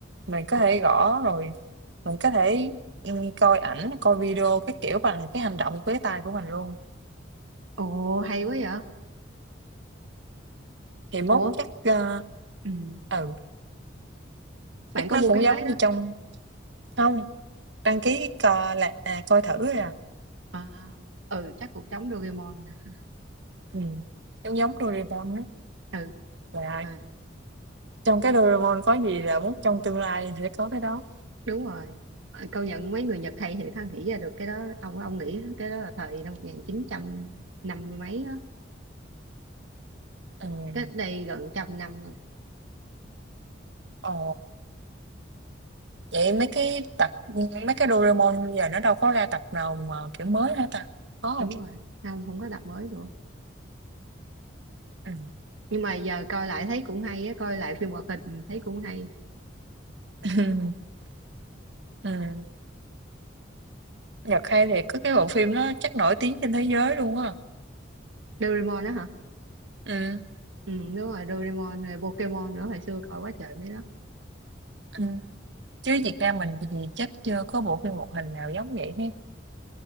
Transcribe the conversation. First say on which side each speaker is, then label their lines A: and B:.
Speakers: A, on the right; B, on the right.
A: mình có
B: ồ
A: thể gõ rồi mình có thể ừ, coi ảnh coi video cái kiểu bằng cái hành động với tay của mình luôn
B: ồ hay quá vậy
A: thì mốt
B: ủa
A: chắc ờ,
B: ừ.
A: ừ
B: bạn
A: chắc
B: có
A: nó
B: mua
A: cũng
B: cái máy
A: giống
B: đó
A: như trong không đăng ký coi là à, coi thử rồi à.
B: à ừ chắc cũng giống Doraemon nè
A: Ừm, giống giống Doraemon á,
B: ừ
A: là
B: à,
A: trong cái Doraemon có gì là mốt trong tương lai sẽ có cái đó.
B: đúng rồi À, công nhận mấy người Nhật hay thì ha nghĩ ra được cái đó ông ông nghĩ cái đó là thời năm một nghìn chín trăm năm mươi mấy đó
A: Ừm,
B: cách đây gần trăm năm rồi
A: ồ, vậy mấy cái tập mấy cái Doraemon giờ nó đâu có ra tập nào mà kiểu mới hả ta? Có hông?
B: đúng rồi không không có tập mới nữa
A: Ừm,
B: nhưng mà giờ coi lại thấy cũng hay á coi lại phim hoạt hình thấy cũng hay
A: <laughs> ừm, Nhật hay thì có cái bộ phim nó chắc nổi tiếng trên thế giới luôn á.
B: Doraemon đó hả
A: Ừm,
B: ừ đúng rồi Doraemon rồi Pokemon nữa hồi xưa coi quá trời mấy đó
A: ừm, chứ Việt Nam mình thì chắc chưa có bộ phim hoạt hình nào giống vậy hết